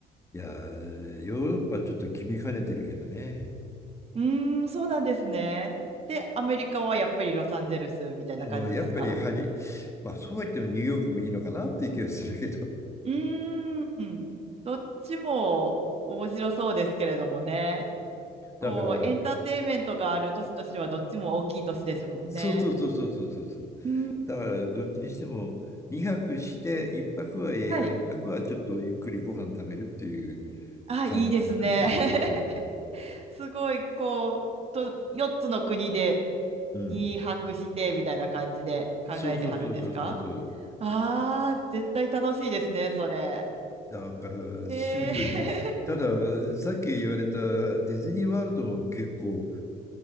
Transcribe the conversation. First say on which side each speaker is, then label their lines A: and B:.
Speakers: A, on the left; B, on the right.
A: いやー、ヨーロッパはちょっと決めかねてるけどね。
B: ーん、そうなんですね。で、アメリカはやっぱりロサンゼルスみたいな感じですか
A: うん、やっぱりハリ、まあそうは言ってもニューヨークもいいのかなっていう気がするけど。
B: うーん。どっちも面白そうですけれどもね。
A: <laughs> だから、
B: 構エンターテインメントがある年としてはどっちも大きい年ですもんね。
A: そうそうそうそうそうそうそう。
B: うん。
A: だからどっちにしても2泊して1泊は映画、
B: はい。
A: 1泊はちょっとゆっくりご飯食べるっていう
B: あ、
A: 感じかな。
B: いいですね。
A: うん。
B: <laughs> すごい、こう、と、4つの国で
A: うん。
B: に泊してみたいな感じで考えてはるんですか
A: そうそうそうそうそうそう。
B: ああー、絶対楽しいですね、それ。
A: だから趣味とぎ、
B: えー <laughs>、
A: たださっき言われたディズニーワールドも結構